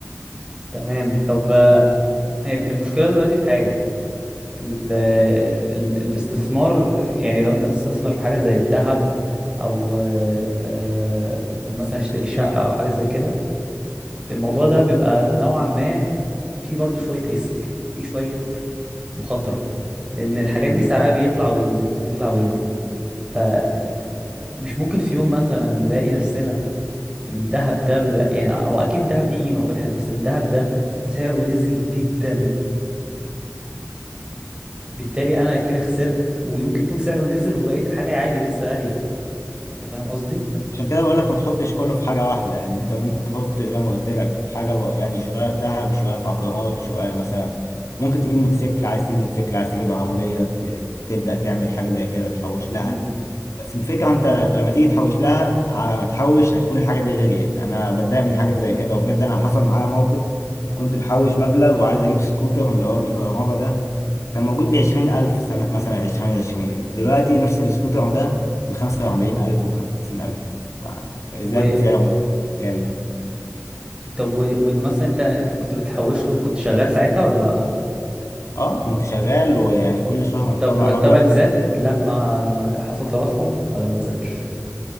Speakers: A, on the right; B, on the left.
A: تمام طب آه، المشكلة دلوقتي في حاجة ال- ال- الاستثمار يعني لو انت تستثمر في حاجة زي الذهب او آه، آه، مثلا اشتري شقة او حاجة زي كده الموضوع ده بيبقى نوعا ما فيه برضو شوية ريسك فيه شوية مخاطرة لان الحاجات
B: امم
A: دي سعرها بيطلع وينزل يطلع وينزل ف مش ممكن في يوم مثلا نلاقي نفسنا الذهب ده بقى يعني هو اكيد الذهب ليه قيمة وكل حاجة بس الذهب ده سعره نزل جدا بالتالي انا كده خسرت ويمكن يكون سعره نزل وبقيت الحاجه عادي لسه غاليه انت فاهم قصدي
B: عشان كده بقول لك ما تحطش كله في حاجة واحدة يعني انت ممكن
A: مم.
B: تحط زي ما قلت لك حاجة بقى يعني شوية في ذهب شوية في عقارات شوية مثلا ممكن تجيب موتوسيكل عايز تجيب موتوسيكل عايز تجيب عربية ت- تبدأ تعمل حاجة زي كده تحوش لها
A: مم.
B: بس الفكرة انت لما تيجي تحوش لها على ما تحوش هتكون الحاجة دي غليت انا بتضايق من حاجة زي كده وبجد انا حصل معايا موقف كنت بحوش مبلغ وعايز اجيب سكوتر اللي هو بالكهرباء ده كان موجود بعشرين ألف سنة مثلا عشرين عشرين دلوقتي نفس السكوتر ده بخمسة وأربعين ألف وبخمسين ألف يعني
A: و...
B: زاد سعره جامد
A: طب و... ومثلا انت انت كنت بتحوش له كنت شغال ساعتها ولا لا
B: اه كنت شغال ويعني كل شهر
A: طب
B: بطلع
A: مرتبك
B: مبلغ <laughs>
A: زاد
B: كده.
A: لما لما حصل تضخم ولا ما زادش